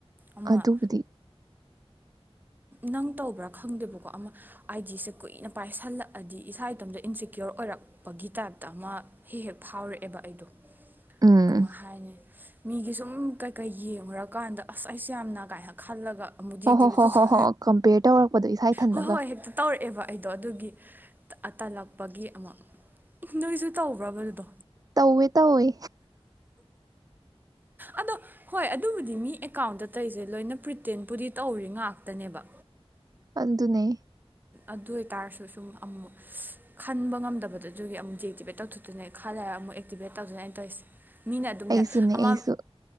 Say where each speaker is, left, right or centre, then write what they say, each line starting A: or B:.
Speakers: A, on the right; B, on the right.
A: ꯑꯃ
B: ꯑꯗꯨꯕꯨꯗꯤ
A: ꯅꯪ ꯇꯧꯕ꯭ꯔꯥ ꯈꯪꯗꯦꯕꯀꯣ ꯑꯃ ꯑꯥꯏꯖꯤ ꯁꯦ ꯀꯨꯏꯅ ꯄꯥꯏꯁꯜꯂꯛꯑꯗꯤ ꯏꯁꯥ ꯏꯇꯣꯝꯇ ꯏꯟꯁꯤꯦꯀ꯭ꯌꯣꯔ ꯑꯣꯏꯔꯛꯄꯒꯤ ꯇꯥꯏꯞꯇ ꯑꯃ ꯍꯦꯛ ꯍꯦꯛ ꯐꯥꯎꯔꯛꯑꯦꯕ ꯑꯩꯗꯣ
B: ꯎꯝ
A: ꯀꯃꯥꯏ ꯍꯥꯏꯅꯤ ꯃꯤꯒꯤ ꯁꯨꯝ ꯀꯩꯀꯩ ꯌꯦꯡꯉꯨꯔꯀꯥꯟꯗ ꯑꯁ ꯑꯩꯁꯦ ꯌꯥꯝꯅ ꯀꯥꯏꯅ ꯈꯜꯂꯒ ꯑꯃꯨꯛ ꯗꯤꯑꯦꯛꯇꯤꯚꯦꯠ
B: ꯍꯣꯏ ꯍꯣ ꯍꯣ
A: ꯇꯧꯊꯣꯛ
B: ꯍꯣ ꯍꯣꯏ ꯀꯝꯄꯦꯌꯔ ꯇꯧꯔꯛꯄꯗꯣ ꯏꯁꯥ ꯏꯊꯟꯇꯒ
A: ꯍꯣꯏ ꯍꯣꯏ ꯍꯦꯛꯇ ꯇꯧꯔꯛꯑꯦꯕ ꯑꯩꯗꯣ ꯑꯗꯨꯒꯤ ꯑ ꯇꯜꯂꯛꯄꯒꯤ ꯑꯃ ꯅꯣꯏꯁꯨ ꯇꯧꯕ꯭ꯔꯕ ꯑꯗꯨꯗꯣ
B: ꯇꯧꯋꯦ ꯇꯧꯋꯦ
A: ꯑꯗꯣ ꯍꯣꯏ ꯑꯗꯨꯕꯨꯗꯤ ꯃꯤ ꯑꯦꯀꯥꯎꯟꯗ ꯇꯩꯁꯦ ꯂꯣꯏꯅ ꯄ꯭ꯔꯤꯇꯦꯟꯕꯨꯨꯗꯤ ꯇꯧꯔꯤ ꯉꯥꯛꯇꯅꯦꯕ
B: ꯑꯗꯨꯅꯦ
A: ꯑꯗꯨ ꯑꯣꯏꯇꯥꯔꯁꯨ ꯁꯨꯝ ꯑꯃꯨꯛ ꯈꯟꯕ ꯉꯝꯗꯕꯗ ꯑꯗꯨꯒꯤ ꯑꯃꯨꯛ ꯗꯤꯑꯦꯛꯇꯤꯚꯦꯠ ꯇꯧꯊꯣꯛꯇꯣꯏꯅꯦ ꯈꯜꯂꯦꯔꯒ ꯑꯃꯨꯛ ꯑꯦꯛꯇꯤꯚꯦꯠ ꯇꯧꯗꯣꯏꯅꯦ ꯑꯩ ꯇꯧꯔꯤꯁꯦ ꯃꯤꯅ ꯑꯗꯨꯝꯅꯦ
B: ꯑꯩꯁꯨꯅꯦ
A: ꯑꯃ
B: ꯑꯩꯁꯨ